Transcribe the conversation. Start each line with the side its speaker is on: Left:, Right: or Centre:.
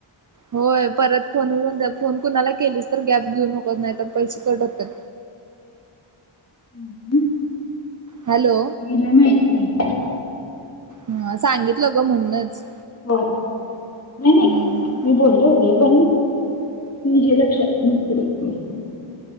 Right: होय परत फोन फोन कुणाला केलीच तर गॅप घेऊन होकत नाही तर पैसे कटतात ह
Left: हम् हम्म
Right: हॅलो
Left: नाही नाही
Right: हा सांगितलं ग म्हणणच
Left: हो नाही नाही
Right: हम्म
Left: मी बोललो होत ते पण जे लक्षातस